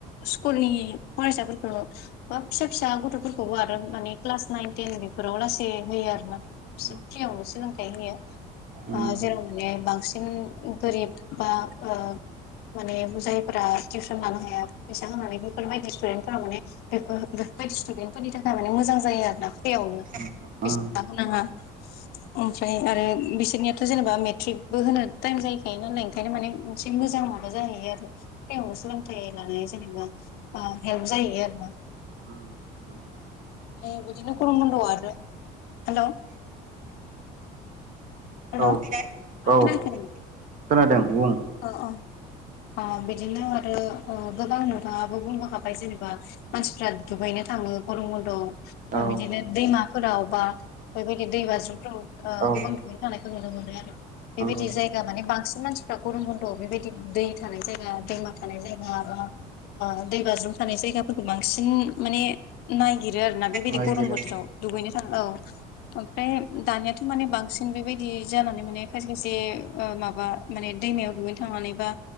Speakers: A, on the left; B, on the right.
A: स्कुलनि फरायसाफोरखौ बा फिसा फिसा गथ'फोरखौबो आरो माने क्लास नाइन, टेन बेफोराव लासै होयो आरोना फिसा
B: नंगौ
A: फ्रियावनो सोलोंथाय होयो
B: उम
A: ओ जेराव माने बांसिन गोरिब बा ओ माने जायफोरा टिउसन लानो हाया फैसा होनानै बेफोरबायायदि स्टुदेन्टफोरा माने बेफोर बेफोरबायदि स्टुदेन्टफोरनि थाखाय माने मोजां जायो आरोना फ्रियावनो
B: उम
A: फिस नाबो नाङा ओमफ्राय आरो बिसोरनियाथ' जेनेबा मेट्रिकबो होनो टाइम जाहैखायो नालाय ओंखायनो माने मोनसे मोजां माबा जाहैयो आरो फ्रियावनो सोलोंथाइ लानाय जेनेबा ओ हेल्प जाहोयो आरोना
B: उम नंगौ
A: ओ बिदिनो गरम बन्दआव आरो हेलौ हेलौ
B: औ
A: खोनायाखो
B: औ
A: नों
B: खोनादों बुं
A: ओ अ ओ बिदिनो आरो ओ गोबां नोंथाङाबो बुंबोखाबाय जेनेबा मानसिफ्रा दुगैनो थाङो गरम बन्दआव ओ
B: औ
A: बिदिनो दैमाफोराव बा बेबायदि दै बाज्रुमफोराव ओ
B: औ
A: गोबां दुगै थांनायखौ नुनो मोनो आरो
B: नंगौ
A: बेबायदि जायगा मानि बांसिन मानसिफ्रा गरम बन्द'आव बेबायदि दै थानाय जायगा दैमा थानाय जायगा बा ओ दै बाज्रुम थानाय जायगाफोरखौ बांसिन माने नायागिरो आरोना बेबायदि
B: नायगिरो
A: गरम बोथोराव दुगैनो थाङ औ ओमफ्राय दानियाथ' माने बांस सिन बेबायदि जानानै माने खायसे खायसे ओ माबा माने दैमायाव दुगैनो थांनानै बा